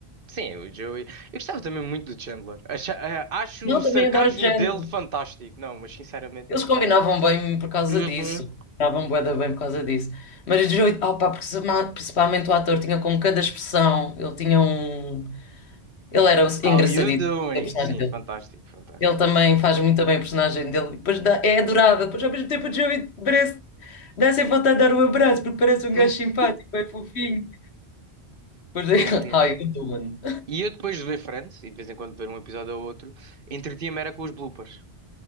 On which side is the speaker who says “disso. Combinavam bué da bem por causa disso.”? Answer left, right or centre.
Left